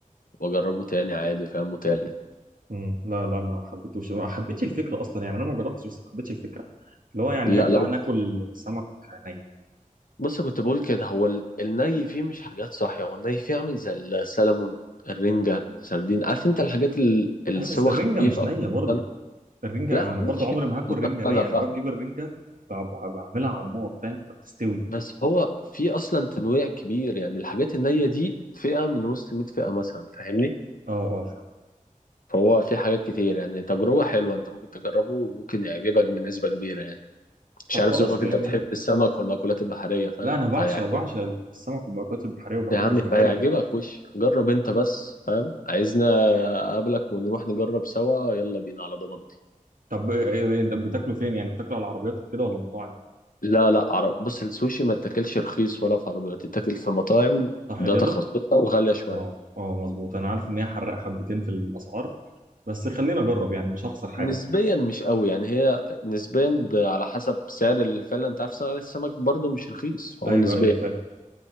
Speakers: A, on the left; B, on the right.
A: واجربه تاني عادي فاهم وتالت
B: امم لا لا ما حبيتوش ما حبيتش الفكره اصلا يعني انا ما جربتش بس ما حبيتش الفكره اللي هو يعني
A: لا
B: إيه يا جدعان
A: لو
B: اكل سمك ني
A: بص كنت بقول كده هو ال- الني فيه مش حاجات صحية هو الني فيه عامل زي السلمون الرنجة السردين عارف انت الحاجات ال- السوا
B: ايوه بس الرنجه
A: خفيف
B: مش
A: او
B: نيه برضه
A: أنا
B: الرنجه
A: لا
B: ما انا
A: مش
B: برضه عمري ما هاكل رنجه نيه
A: انا فاهم
B: انا بجيب الرنجه ب- ب- بعملها على النار فاهم فبتستوي
A: بس هو في اصلا تنويع كبير يعني الحاجات النية دي فئة من وسط 100 فئة مثلا فاهمني
B: اه اه فاهم
A: فهو في حاجات كتير يعني تجربة حلوة انت ممكن تجربه وممكن يعجبك بنسبة كبيرة يعني مش
B: طب
A: عارف
B: خلاص
A: ذوقك
B: يعني
A: انت بتحب السمك والمأكولات البحرية فاهم
B: لا انا بعشق
A: فيعجبك
B: بعشق السمك والمأكولات البحريه وبحب
A: يا عم
B: الجمبري
A: فيعجبك وش جرب انت بس فاهم عايزنا اقابلك ونروح نجرب سوا يلا بينا على ضمانتي
B: طب إيه- إيه- إنت بتاكلوا فين يعني بتاكلوا على العربيات وكده ولا مطاعم
A: لا لا عرب بص السوشي ما تاكلش رخيص ولا في عربيات تتاكل في مطاعم
B: صح
A: ده
B: كده
A: تخصصها وغالية شوية
B: اه اه مظبوط انا عارف ان هي حرق حبتين في الاسعار بس خلينا اجرب يعني مش هخسر حاجه
A: نسبيا مش قوي يعني هي نسبيا ب- على حسب سعر ال- فعلا انت عارف سعر السمك برضو مش رخيص فهو
B: ايوه
A: نسبيا
B: ايوه فاهم